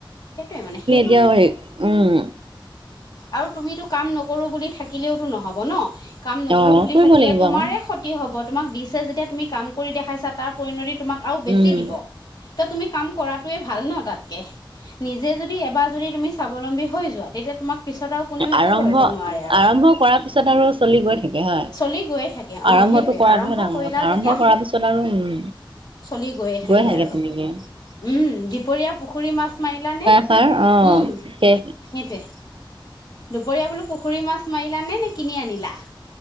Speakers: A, on the left; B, on the right.
A: সেইটোৱে মানে, সেইট
B: থিয় হৈ, উম।
A: আৰু তুমিতো কাম নকৰোঁ বুলি থাকিলেওতো নহ'ব ন'। কাম নকৰোঁ
B: অ'
A: বুলি
B: কৰিব
A: থাকিলে
B: লাগিব
A: তোমাৰে
B: আকৌ।
A: স তি হ'ব, তোমাক দিছে যেতিয়া তুমি কাম কৰি দেখাইছা তাৰ পৰিণতি তোমাক আৰু বেছি
B: উম।
A: দিব। ত' তুমি কাম কৰাটোৱে ভাল ন' তাতকে, নিজে যদি এবাৰ যদি তুমি স্বাৱলম্বী হৈ যোৱা তেতিয়া তোমাক পিছত আৰু কোনেও একো
B: আৰম্ভ
A: কৰিব নোৱাৰে আৰু,
B: আৰম্ভ কৰাৰ পিছত আৰু চলি গৈ থাকে হয়।
A: চলি গৈয়ে থাক কে অ'
B: আৰম্ভটো
A: সেইটোয়ে,
B: কৰাটোহে
A: আৰম্ভ
B: ডাঙৰ
A: কৰিলা
B: কথা আৰম্ভ
A: যেতিয়া
B: কৰাৰ পিছত আৰু উম
A: চলি গৈয়ে থাকে
B: গৈ
A: আৰু।
B: তেনেকে
A: উম, দুপৰীয়া পুখুৰী মাছ মাৰিলানে?
B: ছাৰ অ',
A: উম
B: তে
A: সেইটোৱে। দুপৰীয়া বোলো পুখুৰীৰ মাছ মাৰিলানে নে কিনি আনিলা?